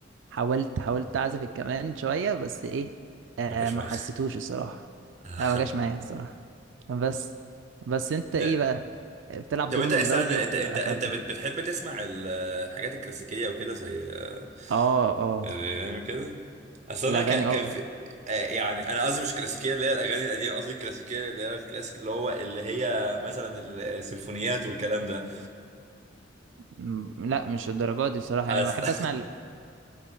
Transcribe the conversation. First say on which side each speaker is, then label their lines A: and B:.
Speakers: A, on the right (about 80°); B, on the right (about 40°).
A: حاولت حاولت اعزف الكمان شويه بس ايه آه
B: ما جاش
A: ما
B: معاك
A: حسيتوش الصراحه
B: <laughs>
A: آه ما جاش معايا الصراحه بس بس انت ايه
B: آه،
A: بقى بتلعب
B: طب
A: دومينو
B: انت يا
A: زوجي
B: سنة
A: ولا
B: انت انت انت
A: فردي
B: بت- بتحب تسمع ال- الحاجات الكلاسيكية وكده زي آه،
A: اه اه
B: يعني كده اصل
A: الاغاني
B: انا ك...
A: اه
B: كان في آه، يعني انا قصدي مش كلاسيكيه اللي هي الاغاني القديمه قصدي الكلاسيكيه اللي هي الكلاسيك اللي هو اللي هي مثلا السيمفونيات والكلام ده
A: م- لا مش الدرجات دي صراحه
B: أصل
A: انا بحب اسمع ال...